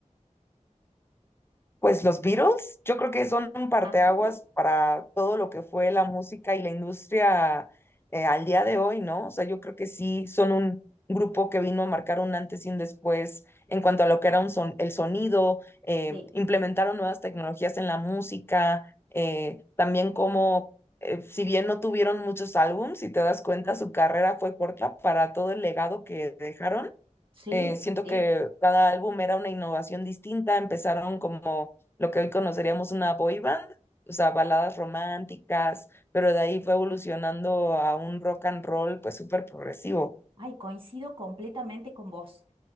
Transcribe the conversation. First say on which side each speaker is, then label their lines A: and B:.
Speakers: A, on the left; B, on the right.
A: Pues los Beatles, yo creo que son un parteaguas
B: Ajá,
A: para todo lo que fue la música y la industria eh, al día de hoy, ¿no? O sea, yo creo que sí son un grupo que vino a marcar un antes y un después en cuanto a lo que era un son el sonido, eh,
B: sí,
A: implementaron nuevas tecnologías en la música, eh, también como, eh, si bien no tuvieron muchos álbums, si te das cuenta, su carrera fue corta para todo el legado que dejaron
B: sí,
A: eh, siento
B: sí.
A: que cada álbum era una innovación distinta. Empezaron como lo que hoy conoceríamos una boy band, o sea, baladas románticas, pero de ahí fue evolucionando a un rock and roll pues súper progresivo.
B: Ay, coincido completamente con vos.